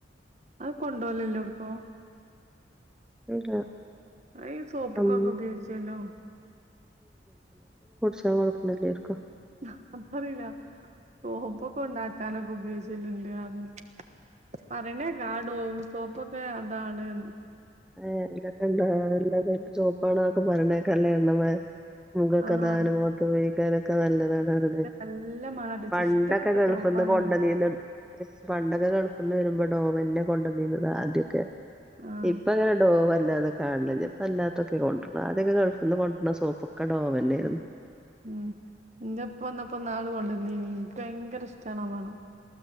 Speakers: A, on the right; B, in the centre.
A: അത് കൊണ്ടോലല്ലോ ഒട്ക്കും
B: ഇല്ല
A: അഹ് സോപ്പ്
B: ഉം
A: ക്കൊക്കെ ഉപയോഗിച്ചലും
B: ക്കേറിക്കൊ
A: അഹ പറില്ല. സോപ്പൊക്കെ ഉണ്ടാക്കാനൊക്ക് ഉപയോഗിച്ചല്ണ്ട് അറ്ഞ്ഞ്. പറിണേക്ക ആ ഡോവ് സോപ്പൊക്കെ അതാണ്ന്ന്
B: അഹ് എന്താ എന്താ എല്ലും ചുവപ്പാണൊക്കെ പറിണേക്ക അല്ല എണ്ണമയം മുഖക്കഥ
A: ആഹ് അത്
B: അനുമോ ക്കാനൊക്കെ നല്ലതാണ് അവരുടെ <unintelligible>
A: നല്ല മണണ്ട് ഇച്ച്
B: പണ്ടൊക്കെ
A: ഇഷ്ടപ്പെട്ട
B: ഗൾഫ്ന്ന്
A: സോപ്പാണത്
B: കൊണ്ട നീന്ന് പണ്ടൊക്കെ ഗൾഫ്ന്ന് വരുമ്പോ ഡോ വന്നെ കൊണ്ടുവന്നീന്നു ആദ്യെക്കെ
A: ആഹ്
B: ഇപ്പ ഇങ്ങനെ ടോവ അല്ലാതെ കാണില് ഇല്യ. പ്പ അല്ലാത്തൊക്കെ കൊണ്ട്രണ. ആദ്യൊക്കെ ഗൾഫ്ന്ന് കൊണ്ടര സോപ്പൊക്കെ ഡോവന്നെയായിരുന്നു
A: മ് എന്റെപ്പന്നപ്പോ ന്നാൾ കൊണ്ടന്നീനി നിക്ക് ഭയങ്കര ഇഷ്ടമാണ മണം.